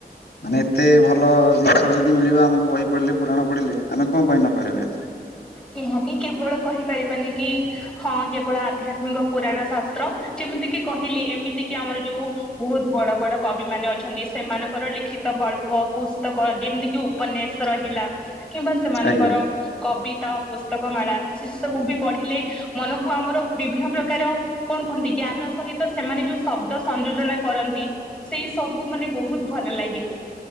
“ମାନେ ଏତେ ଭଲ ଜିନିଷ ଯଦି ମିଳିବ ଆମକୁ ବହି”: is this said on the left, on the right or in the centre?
Left